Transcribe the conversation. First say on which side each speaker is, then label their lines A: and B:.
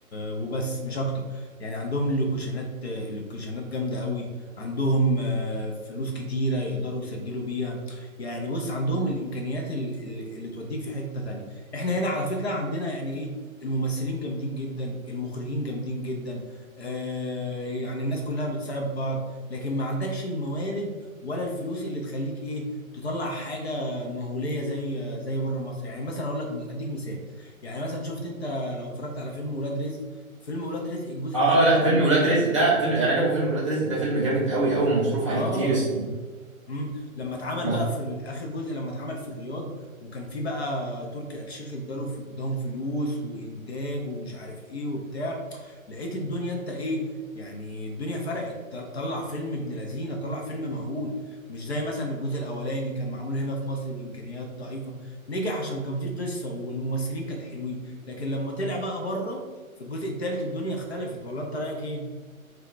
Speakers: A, on the left (about 50°); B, on the right (about 25°).
A: وبس مش أكتر يعني عندهم لوكيشنات لوكيشنات جامدة قوي عندهم آه، فلوس كتيرة يقدروا يسجلوا بيها يعني بص عندهم الإمكانيات ال- ال- اللي توديك في حتة تانية إحنا هنا على فكرة عندنا يعني إيه الممثلين جامدين جدا المخرجين جامدين جدا آه يعني الناس كلها بتساعد بعض لكن ما عندكش الموارد ولا الفلوس اللي تخليك ايه تطلع حاجه مهوليه زي زي بره مصر يعني مثلا اقول لك اديك مثال يعني مثلا شفت انت لو اتفرجت على فيلم ولاد رزق فيلم ولاد رزق الجزء
B: اه
A: الاخير
B: لا
A: ده لم
B: فيلم ولاد رزق ده فيلم رجب وفيلم ولاد رزق ده فيلم جامد قوي قوي ومصروف عليه
A: اه
B: كتير الصراحه
A: امم لما اتعمل
B: بس
A: بقى في ال- اخر جزء لما اتعمل في الرياض وكان في بقى تركي آل الشيخ اداله ف- اداهم فلوس وانتاج ومش عارف ايه وبتاع لقيت الدنيا انت ايه يعني الدنيا فرقت طل- طلع فيلم ابن لذينه طلع فيلم مهول مش زي مثلا الجزء الاولاني كان معمول هنا في مصر بامكانيات ضعيفه نجح عشان كان فيه قصه والممثلين كانت حلوين لكن لما طلع بقى بره في الجزء الثالث الدنيا اختلفت ولا انت رايك ايه